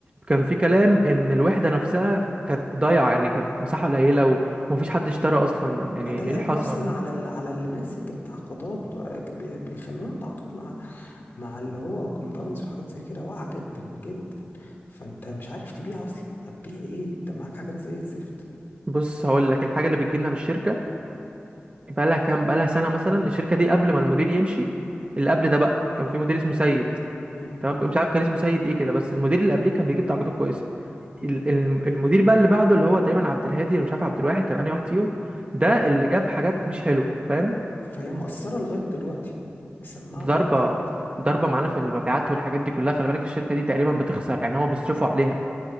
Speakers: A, on the right; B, on the left.
A: كان في كلام ان الوحده نفسها كانت ضايعه يعني كانت مساحه قليله و... ومفيش حد اشترى اصلا
B: ما
A: يعني
B: ده
A: ايه
B: العيب
A: اللي حصل
B: اصلا على اللي على اللي ماسك التعاقدات بي- بيخلونا نتعاقد مع مع اللي هو كومباوندز وحاجات زي كده واقعه جدا جدا فانت مش عارف تبيع اصلا هتبيع ايه انت معاك حاجات زي الزفت
A: بص هقول لك الحاجه اللي بتجيلنا من الشركه بقى لها كام بقى لها سنه مثلا الشركه دي قبل ما المدير يمشي اللي قبل ده بقى كان في مدير اسمه سيد
B: امم
A: تمام مش عارف كان اسمه سيد ايه كده بس المدير اللي قبليه كان بيجيب درجات كويسه
B: امم
A: ال- ال- المدير بقى اللي بعده اللي هو تقريبا عبد الهادي اللي مش عارف عبد الواحد كان انهي واحد فيهم ده
B: امم
A: اللي جاب حاجات مش حلوه فاهم
B: فهي مقصره لغايه دلوقتي مسمعه
A: ضربه
B: لغايه دلوقتي
A: ضربه معانا في المبيعات والحاجات دي كلها خلي بالك الشركه دي تقريبا بتخسر يعني هما بيصرفوا عليها